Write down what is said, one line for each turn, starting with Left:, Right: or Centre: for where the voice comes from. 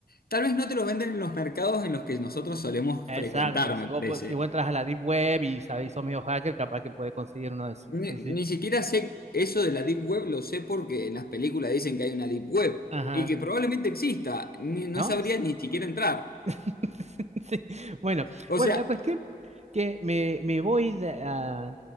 Left: tal vez no te lo venden en los mercados en los que nosotros solemos
Right: Exacto,
Left: frecuentar,
Right: si
Left: me
Right: vos,
Left: parece.
Right: po- si vos entras a la Deep Web y sabés, sos medio hacker, capaz que puedes conseguir uno de esos.
Left: Ni,
Right: Sí,
Left: ni
Right: sí.
Left: siquiera sé eso de la Deep Web, lo sé porque en las películas dicen que hay una Deep Web
Right: Ajá.
Left: y que probablemente exista. Ni- no
Right: ¿No?
Left: sabría ni siquiera entrar.
Right: <laughs> Sí. Bueno,
Left: O
Right: bueno,
Left: sea,
Right: la cuestión que me, me voy de- a-